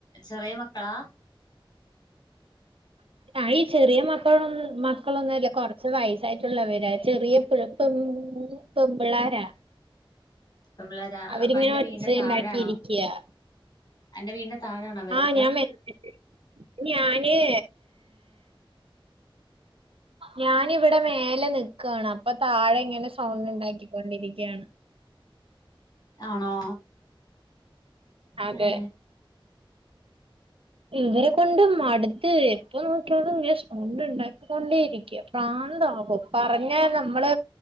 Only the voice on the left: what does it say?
ചെറിയ മക്കളാ
പെമ്പിള്ളാരാ
അപ്പൊ അന്റെ
വീടിന്റെ താഴെ
ആണോ അന്റെ വീടിന്റെ താഴെയാണോ ഇവരൊക്കെ
ആണോ
ഏ